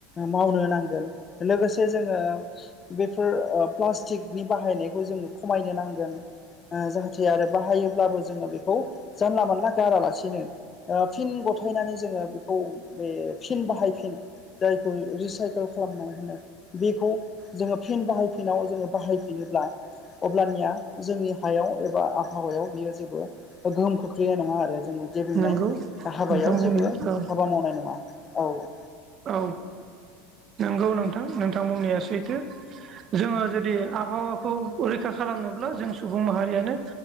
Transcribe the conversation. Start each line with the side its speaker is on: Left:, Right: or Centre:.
Left: मावनो नांगोन लोगोसे जोङो। बेफोर ओ प्लास्टिकनि बाहायनायखौ जोंङो खमायनो नांगोन। आ जाहाथे आरो बाहायोब्लाबो जोङो बेखौ जानला मोनला गारालासिनो फिन गथायनानै जोङो बेखौ बे फिन बाहायफिन जायखौ रिसाइकेल खालामना होनो बेखौ जोङो फिन बाहायफिनाव जोङो बाहायफिनोब्ला अब्लानिया जोंनि हायाव एबा आबहावायाव बियो जेबो गोहोम खोख्लैनाय नङा आरो जोङो। जे बुंनाय
Right: नंगौ
Left: हाबायाव
Right: नोंथां बुंनाया
Left: जेबो हाबा मावनाय नङा औ औ।
Right: औ नंगौ नोंथां नोंथां बुंनाया सैथो। जोङो जुदि आबहावाखौ रैखा खालामनोब्ला जों सुबुं माहारियानो